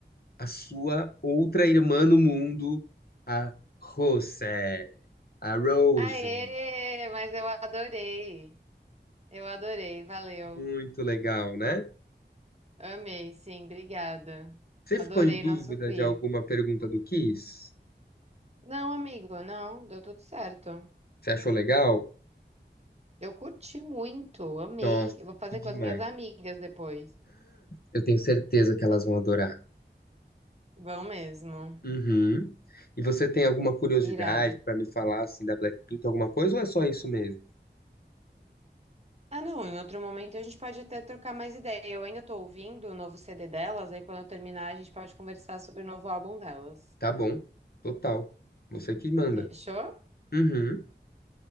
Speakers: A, on the left; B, on the right.
A: a sua outra irmã no mundo, a Rose, a Rose.
B: Aê, mas eu adorei. Eu adorei. Valeu.
A: Muito legal, né?
B: Amei, sim, obrigada.
A: Você
B: Adorei
A: ficou em dúvida
B: nosso quiz.
A: de alguma pergunta do Kiss?
B: Não, amigo, não, deu tudo certo.
A: Você achou legal?
B: Eu curti muito, amei.
A: Nossa,
B: Eu vou fazer
A: que demais.
B: com as minhas amigas depois.
A: Eu tenho certeza que elas vão adorar.
B: Vão mesmo.
A: Uhum. E você tem alguma curiosidade
B: Irado.
A: pra me falar assim da Blackpink, alguma coisa ou é só isso mesmo?
B: Ah, não, em outro momento a gente pode até trocar mais ideia. Eu ainda tô ouvindo o novo CD delas, aí quando eu terminar a gente pode conversar sobre o novo álbum delas.
A: Tá bom, total. Você que manda.
B: Fechou?
A: Uhum.